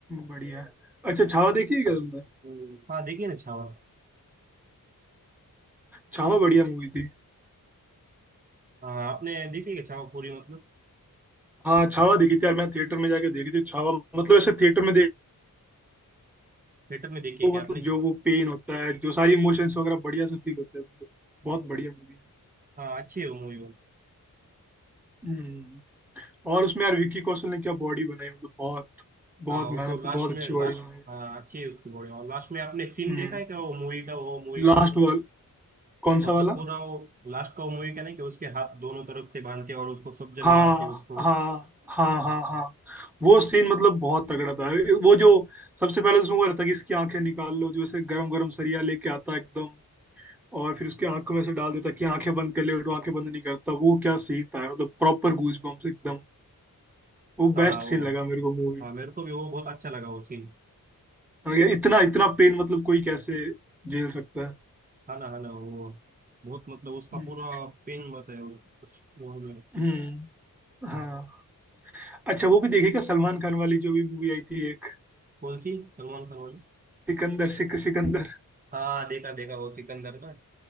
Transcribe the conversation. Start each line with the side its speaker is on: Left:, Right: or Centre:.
Centre: बढ़िया अच्छा छावा देखी है क्या तुमने
Right: हम्म, हाँ, देखिए ना छावा
Centre: छावा बढ़िया मूवी थी
Right: हाँ आपने देखी क्या छावा पूरी मतलब
Centre: हाँ छावा देखी थी यार मैं थिएटर में जाके देखी थी छावा मतलब ऐसे थिएटर में देखो
Right: थिएटर में देखी है
Centre: मतलब
Right: क्या आपने
Centre: जो वो पेन होता है जो सारी इमोशंस वगैरह बढ़िया से फील होते हैं मतलब बहुत बढ़िया मूवी है
Right: हाँ अच्छी है वो मूवी वो
Centre: हम्म और उसमें यार विक्की कौशल ने क्या बॉडी बनाई मतलब बहुत
Right: हाँ
Centre: बहुत
Right: वो
Centre: मेहनत
Right: तो
Centre: की
Right: लास्ट
Centre: बहुत
Right: में
Centre: अच्छी
Right: लास्ट
Centre: बॉडी बनाई है।
Right: हाँ अच्छी है उसकी बॉडी और लास्ट में आपने सीन
Centre: हम्म
Right: देखा है क्या वो मूवी का वो मूवी
Centre: लास्ट
Right: का
Centre: वाल कौन
Right: मतलब
Centre: सा वाला
Right: पूरा वो लास्ट का वो मूवी का नहीं कि उसके हाथ दोनों तरफ से बांधते और उसको सब जन
Centre: हाँ
Right: मारते उसको
Centre: हाँ हाँ हाँ हाँ वो सीन मतलब बहुत तगड़ा था वो जो सबसे पहले तो उसमें वो रहता कि इसकी आंखें निकाल लो जो ऐसे गरम गरम सरिया लेके आता है एकदम और फिर उसकी आंखों में से डाल देता कि आंखें बंद कर ले और वो आंखें बंद नहीं करता वो क्या सीन था मतलब प्रॉपर गूज बम्प्स एकदम वो
Right: हाँ
Centre: बेस्ट
Right: वो
Centre: सीन लगा मेरे को मूवी
Right: हाँ मेरे को भी वो बहुत अच्छा लगा वो सीन
Centre: और ये इतना इतना पेन मतलब कोई कैसे झेल सकता है
Right: हाँ ना हाँ ना वो बहुत मतलब उसका
Centre: हम्म
Right: पूरा पेन मत है वो कुछ वो नहीं।
Centre: हम्म, हाँ अच्छा वो भी देखेगा सलमान खान वाली जो भी मूवी आई थी एक
Right: कौन सी सलमान खान वाली
Centre: सिकंदर सिक सिकंदर
Right: हाँ देखा देखा वो सिकंदर ना